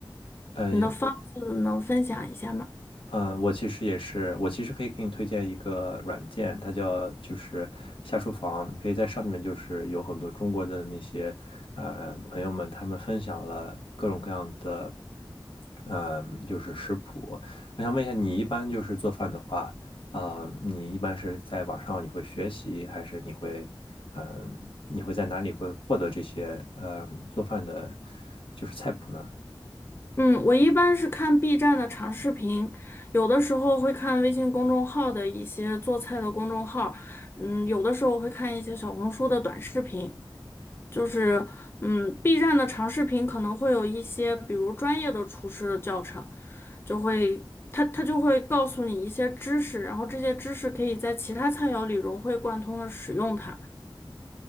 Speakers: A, on the left; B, on the left.
A: 嗯
B: 你的方子能分享一下吗？
A: 呃，我其实也是，我其实可以给你推荐一个软件，它叫就是下厨房，你可以在上面就是有很多中国的那些呃朋友们，他们分享了各种各样的。嗯，就是食谱。我想问一下，你一般就是做饭的话，啊、你一般是在网上你会学习，还是你会，嗯、你会在哪里会获得这些，呃，做饭的，就是菜谱呢？
B: 嗯，我一般是看 B 站的长视频，有的时候会看微信公众号的一些做菜的公众号，嗯，有的时候会看一些小红书的短视频。就是，嗯，B 站的长视频可能会有一些，比如专业的厨师的教程，就会他他就会告诉你一些知识，然后这些知识可以在其他菜肴里融会贯通的使用它，